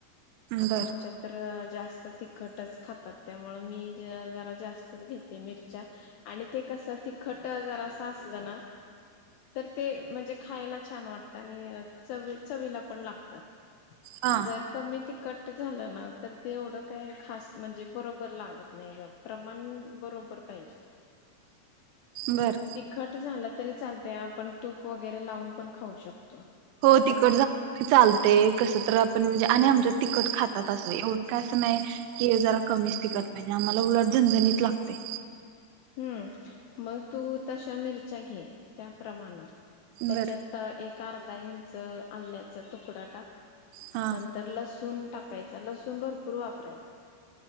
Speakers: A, on the left; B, on the right.
A: आता
B: बर
A: आमच्यात तर जास्त तिखटच खातात त्यामुळे मी ज जरा जास्तच घेते मिरच्या आणि ते कस तिखट जरास आसल ना तर ते म्हणजे खायला छान वाटतं आणि चवी चवीला पण लागत.
B: हा
A: जर कमी ती कट झालं ना तर ते एवढं काय खास म्हणजे बरोबर लागत नाही ग प्रमाण बरोबर पाहिजे.
B: बर
A: तिखट झालं तरी चाल त्या आपण तूप वगैरे लावून पण खाऊ शकतो
B: हो
A: त्यामुळं
B: तिकड चालते कस तर आपण म्हणजे आणि आमच्या तिकट खातात असं एवढं काय नाही की जरा कमीच टिकत पाहिजे आम्हाला उलट झणझणीत लागते
A: हम्म मग तू तशा मिरच्या घे त्याप्रमाण त्याच्यात
B: बरं
A: एर् ा इंच आल्याचा तुकडा टाक
B: हा
A: नंतर लसूण टाकायचा लसूण भरपूर वापरायचा